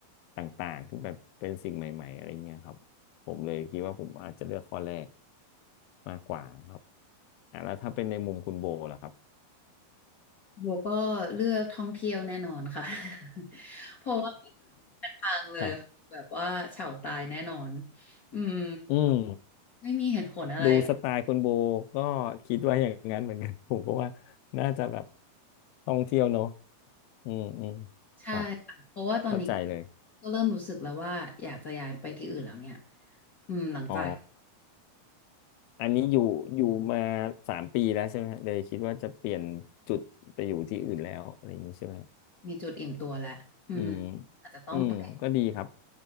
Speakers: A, on the left (about 80°); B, on the left (about 65°).
A: ต่างๆที่แบบเป็นสิ่งใหม่ๆอะไรเงี้ยครับผมเลยคิดว่าผมอาจจะเลือกข้อแรกมากกว่าครับอ่ะแล้วถ้าเป็นในมุมคุณโบล่ะครับ
B: โบก็เลือกท่องเที่ยวแน่นอนค่ะ <laughs> เพราะว่าเด็นทางเลยคงแบบว่าเฉาตายแน่นอน
A: ครับ
B: อืม
A: อืม
B: ไม่มีเหตุผลอะไร
A: ดูสไตล์คุณโบก็คิดว่าอย่างนั้นเหมือนกัน <laughs> ผมก็ว่าน่าจะแบบท่องเที่ยวเนอะอืมอืม
B: ใช่ค่ะเพราะว่าตอนนี้ก็
A: ครับเข้าใจเลย
B: ก็เริ่มรู้สึกแล้วว่าอยากจะย้ายไปที่อื่นแล้วเนี่ยอืมหลังจาก
A: อ๋อ อันนี้อยู่อยู่มาสามปีแล้วใช่ไหมฮะเลยคิดว่าจะเปลี่ยนจุดไปอยู่ที่อื่นแล้วอะไรอย่างนี้ใช่ไหมฮะ
B: มีจุดอิ่มตัวแล้วอืม
A: อืม
B: อาจจะต้องไป
A: อืมก็ดีครับ